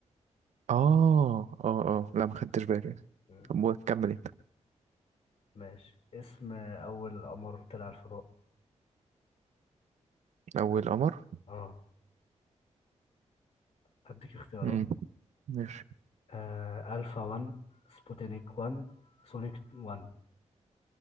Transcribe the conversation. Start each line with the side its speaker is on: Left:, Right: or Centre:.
Right: آه آه آه لا ما خدتش بالي
Left: مم.
Right: طب كمل أنت
Left: ماشي اسم اول قمر طلع الفضاء
Right: أول قمر
Left: اه هديك اختيارات
Right: مم. ماشي
Left: آه الفا 1 سبوتينيك 1 سونيك 1